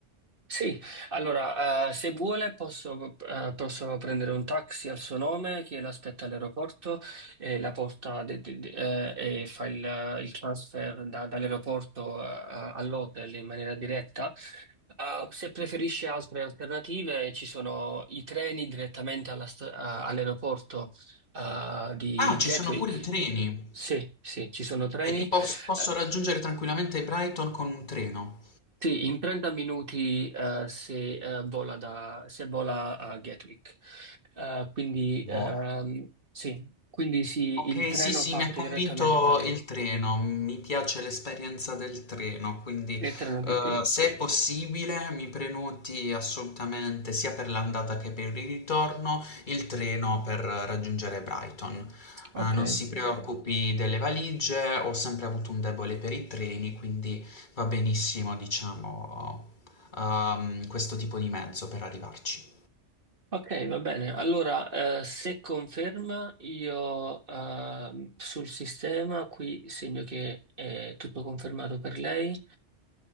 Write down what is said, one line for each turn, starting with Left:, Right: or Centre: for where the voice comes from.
Right: Sì, allora, eh, se vuole posso, eh, posso prendere un taxi al suo nome che l'aspetta all'aeroporto e la porta de- de- de- eh, e fa il, il transfer da- dall'aeroporto eh, all'hotel in maniera diretta. Eh, se preferisce altre alternative, ci sono i treni direttamente alla st- eh, all'aeroporto eh, di
Left: Ah, ci
Right: Gatwick.
Left: sono pure i treni.
Right: Sì, sì, ci sono treni.
Left: E ti pos- posso
Right: Eh,
Left: raggiungere tranquillamente Brighton con un treno.
Right: Sì, in 30 minuti eh, se, eh, vola da, se vola a Gatwick. Eh, quindi,
Left: Oh.
Right: ehm, sì, quindi sì,
Left: Ok,
Right: il treno
Left: sì, sì,
Right: parte
Left: mi ha convinto
Right: direttamente da lì,
Left: il treno, mi piace l'esperienza del treno, quindi
Right: il treno di
Left: eh,
Right: più.
Left: se è possibile mi prenoti assolutamente sia per l'andata che per il ritorno il treno per raggiungere Brighton.
Right: Ok,
Left: Eh, non si preoccupi delle valigie, ho sempre avuto un debole per i treni, quindi va benissimo, diciamo, ehm, questo tipo di mezzo per arrivarci.
Right: ok, va bene. Allora, eh, se conferma, io ehm, sul sistema qui segno che è tutto confermato per lei.